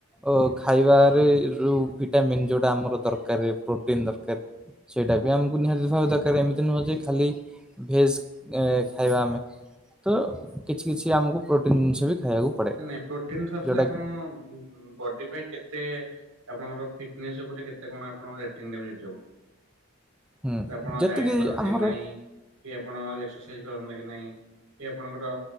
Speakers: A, in the centre; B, on the right (about 80°).
A: ଓ ଖାଇବାରେ ରୋ ଭିଟାମିନ୍ ଯୋଉଟା ଆମର ଦରକାର ରେ ପ୍ରୋଟିନ୍ ଦରକାର, ସେଇଟା ବି ଆମକୁ ନିହାତି, ଦ ଦରକାର ରେ ଏମିତି ନୁହଁ ଯେ ଖାଲି ଭେଜ୍ ହେ ଖାଇବା ଆମେ, ତ କିଛି-କିଛି ଆମକୁ ପ୍ରୋଟିନ୍ ଜିନିଷ ବି ଖାଇବାକୁ, ପଡେ
B: ନାଇଁ ପ୍ରୋଟିନ୍ଠ୍ ଆସିଲେ
A: ଯୋଉଟା
B: ଆପଣ
A: କି
B: ଉଁ-ଉଁ ବଡ଼ି ପାଇଁ କେତେ, ଆପଣଙ୍କର ଫିଟନେସ୍ ଉପରେ କେତେ କଣ ଆପଣ ରେଟିଙ୍ଗ ଦେବେ ନିଜକୁ,
A: ହୁଁ,
B: ଆପଣ
A: ଯେତିକି
B: ଡାଏଟ୍ କରନ୍ତି
A: ଆମର
B: କି ନାଇଁ, ଇ କି ଆପଣ ଏକ୍ସେସାଇଜ୍ କର କି ନାଇଁ କି ଆପଣଙ୍କର